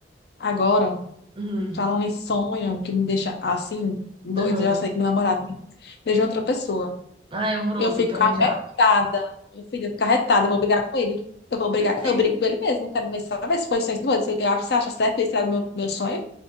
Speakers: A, on the left; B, on the right.
A: Agora,
B: Uhum,
A: falando em sonho, que me deixa assim, doido,
B: uhum.
A: eu já sei que meu namorado beijou outra pessoa.
B: Ah, é horroroso
A: Eu fico
B: eu também
A: arretada.
B: já.
A: Meu filho, eu fico arretada. Eu vou brigar com ele. Eu vou brigar.
B: Sim.
A: Eu brigo com ele mesmo. Não Quero nem saber se foi o sonho do outro. Você Eu acho- Você acha certo isso? Era o meu, meu sonho?